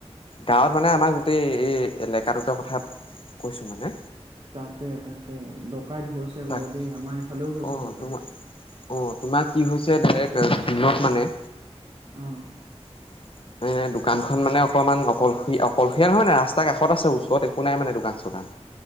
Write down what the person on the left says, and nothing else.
গাঁৱত মানে আমা গোটেই এই এলেকাটোতে কথা কৈছো মানে।
তাক
অ
তোমাৰ অ', তোমাৰ কি হৈছে ডাইৰেক্ট দিনত মানে।
<inaudible> এ দোকানখন মানে অকণমান অকলশয়ী অকলশৰীয়া নহয় মানে ৰাস্তা কাষত আছে, ওচৰত একো নাই মানে দোকান চোকান।